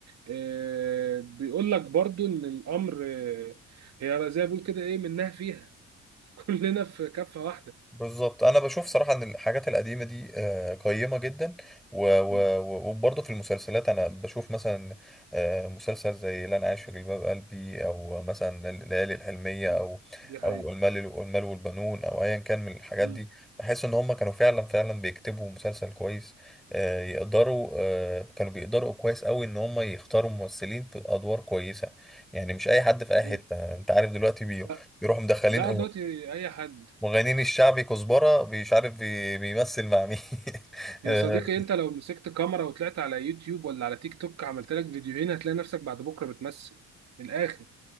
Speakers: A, on the right; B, in the centre.
A: آه بيقول لك برضو ان الامر آه هي زي ما بيقول كده ايه منها فيها <laughs> كلنا في كفة واحدة
B: بالظبط انا بشوف صراحه ان الحاجات القديمه دي آه، قيمه جدا و- و-
A: مم.
B: و- وبرضه في المسلسلات انا بشوف مثلا آه، مسلسل زي لن اعيش في جلباب قلبي او مثلا الليالي الحلميه
A: مم.
B: او
A: دي حقيقة
B: او المال المال والبنون او ايا كان من الحاجات
A: مم.
B: دي بحس ان هم كانوا فعلا فعلا بيكتبوا مسلسل كويس آه، يقدروا آه، كانوا بيقدروا كويس قوي ان هم يختاروا ممثلين في ادوار كويسه يعني مش اي حد في اي حته
A: مم.
B: انت عارف دلوقتي بي-
A: لا
B: بيروحوا مدخلين
A: لا دلوقتي اي حد
B: مغنين الشعبي كزبرة مش عارف بي- بيمثل مع مين <laughs>
A: يا
B: آه،
A: صديقي انت لو مسكت كاميرا وطلعت على يوتيوب ولا على تيك توك عملت لك فيديوهين هتلاقي نفسك بعد بكرة بتمثل من الاخر